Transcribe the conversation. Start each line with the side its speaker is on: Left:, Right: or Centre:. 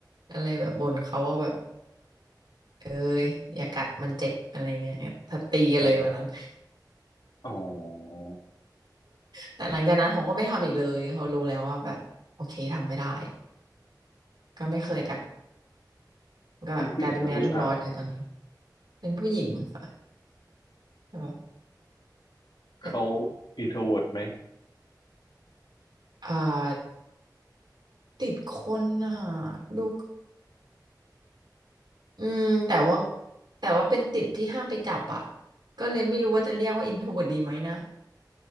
Right: อะไรแบบบ่นเขาว่าแบบเอ้ยอย่ากัดมันเจ็บอะไรเงี้ยถ้าตีกันเลยวันนั้น
Left: อ๋อ อ๋อ
Right: แต่หลังจากนั้นเขาก็ไม่ทำอีกเลยเขารู้แล้วว่าแบบโอเคทำไม่ได้ก็ไม่เคยกัด
Left: เขาเป็นผู้หญิงหรือผู้ชายอะ
Right: ก็กลายเป็นแมวเรียบร้อยเลยตอนนี้เป็นผู้หญิงค่ะก็แต่
Left: เขาอินโทรเวิร์ไหม
Right: อ่าติดคนอ่ะดูอืมแต่ว่าแต่ว่าเป็นติดที่ห้ามไปจับอ่ะก็เลยไม่รู้ว่าจะเรียกว่าอินโทรเวิร์ดีไหมนะ